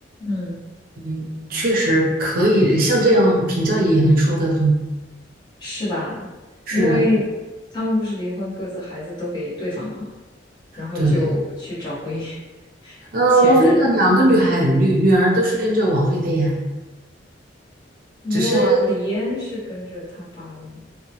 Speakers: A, on the left; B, on the right.
A: 嗯，
B: 嗯，确实可以像这样评价也能说得通，
A: 是吧？
B: 是
A: 因为他们不是离婚，各自孩子都给对方了嘛，然后就去找回
B: 对。
A: <laughs>
B: 嗯、呃王菲的两个女孩女女儿都是跟着王菲的呀，
A: 前任。没有啊，
B: 只是
A: 李嫣是跟着他爸的吗？